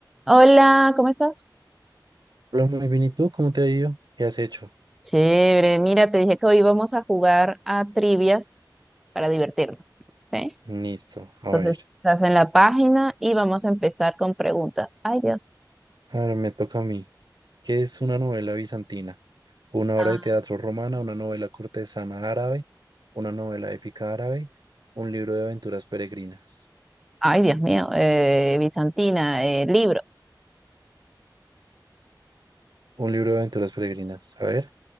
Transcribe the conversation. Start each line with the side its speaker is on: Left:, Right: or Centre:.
Centre: Hola, ¿cómo estás?
Right: Hola, muy bien. ¿Y tú? ¿Cómo te ha ido? ¿Qué has hecho?
Centre: Chévere, mira, te dije que hoy vamos a jugar a trivias para divertirnos, ¿sí?
Right: Listo. A
Centre: Entonces,
Right: ver.
Centre: estás en la página y vamos a empezar con preguntas. Ay, Dios.
Right: Ahora me toca a mí. ¿Qué es una novela bizantina? Una
Centre: Ah,
Right: obra de teatro romana, una novela cortesana árabe, una novela épica árabe, un libro de aventuras peregrinas.
Centre: ay, Dios mío, eh, Bizantina, eh, libro.
Right: Un libro de aventuras peregrinas. A ver.